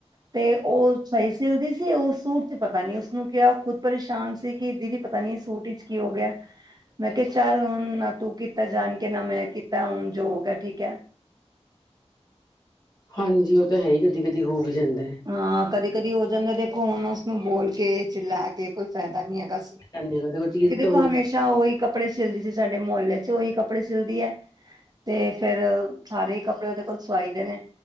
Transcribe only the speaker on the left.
ਹਾਂਜੀ ਉ ਤਾਂ ਹੈ ਈ ਕਦੀ-ਕਦੀ ਹੋ ਵੀ ਜਾਂਦੈ।
ਕੋਈ ਚੀਜ਼
ਤਾਂ ਹੋ